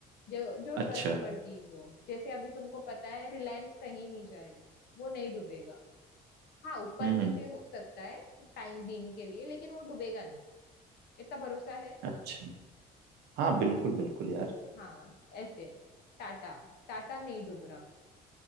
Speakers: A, on the left (about 70°); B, on the right (about 80°).
A: जो जो
B: अच्छा
A: ट्रस्टवर्दीज हो जैसे अभी तुमको पता है रिलायंस कहीं नहीं जाएगा वो नहीं डूबेगा हाँ ऊपर
B: हम्म
A: नीचे हो सकता है टाइम बीइंग के लिए लेकिन वो डूबेगा नहीं इतना भरोसा है
B: अच्छा हाँ बिल्कुल बिल्कुल यार
A: हाँ ऐसे टाटा टाटा नहीं डूब रहा